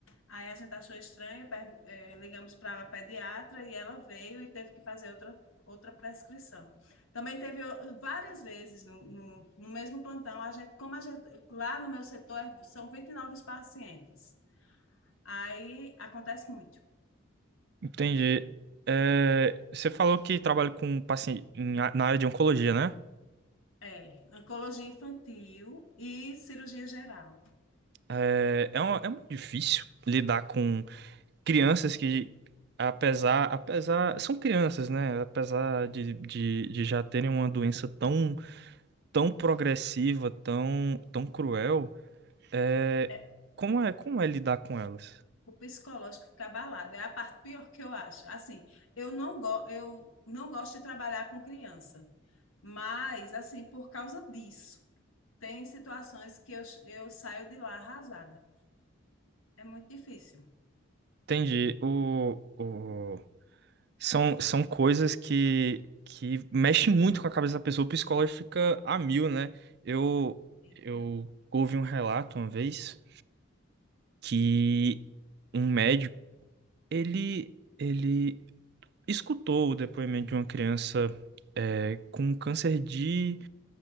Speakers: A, on the left; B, on the right.
A: aí a gente achou estranho, pergu- eh, ligamos para a pediatra e ela veio e teve que fazer outra, outra prescrição. Também teve o- várias vezes no, no, no mesmo plantão, a gente, como a gente, lá no meu setor é- são 29 pacientes. Aí acontece muito,
B: Entendi.
A: muito.
B: É, você falou que trabalha com paciente em a- na área de oncologia, né?
A: É, oncologia infantil e cirurgia geral.
B: É, é, uma- é muito difícil lidar com crianças que, apesar, apesar, são crianças, né? Apesar de, de, de já terem uma doença tão tão progressiva, tão, tão cruel. é,
A: É,
B: Como é, como é lidar com elas?
A: O psicológico fica abalado. É a parte pior que eu acho. Assim, eu não, go eu não gosto de trabalhar com criança, mas, assim, por causa disso, tem situações que eu, eu saio de lá arrasada. É muito difícil.
B: Entendi. O, o... São, são coisas que, que mexem muito com a cabeça da pessoa. O psicólogo fica a mil, né? Eu,
A: Fica,
B: eu ouvi um relato uma vez que um médico, ele, ele escutou o depoimento de uma criança é, com câncer de...